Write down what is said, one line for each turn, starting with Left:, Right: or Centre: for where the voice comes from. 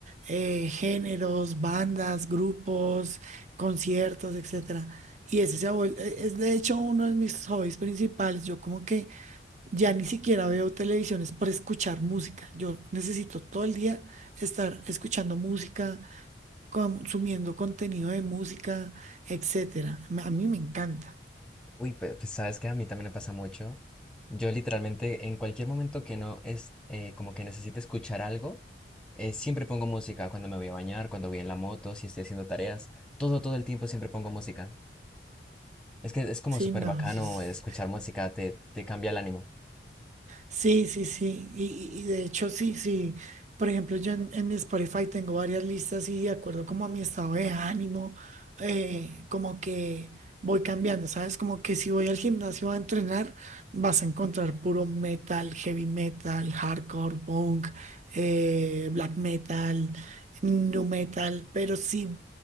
Right: eh, géneros, bandas, grupos, conciertos, etcétera. Y ese se ha vuel- e- es de hecho uno de mis hobbies principales. Yo como que ya ni siquiera veo televisiones para escuchar música. Yo necesito todo el día estar escuchando música, consumiendo contenido de música, etcétera. Me- A mí me encanta.
Centre: Uy, pe- pues, sabes que a mí también me pasa mucho. Yo literalmente en cualquier momento que no es eh, como que necesite escuchar algo, eh, siempre pongo música cuando me voy a bañar, cuando voy en la moto, si estoy haciendo tareas, todo, todo el tiempo siempre pongo música. Es que es como
Right: Sí,
Centre: súper
Right: no.
Centre: bacano
Right: eso es
Centre: escuchar música, te, te cambia el ánimo.
Right: Sí, sí, sí. Y, y- y de hecho, sí, sí. Por ejemplo, yo en, en mi Spotify tengo varias listas y de acuerdo como a mi estado de ánimo, eh, como que voy cambiando, ¿sabes? Como que si voy al gimnasio a entrenar, vas a encontrar puro metal, heavy metal, hardcore, punk, eh, black metal, nu metal. Pero si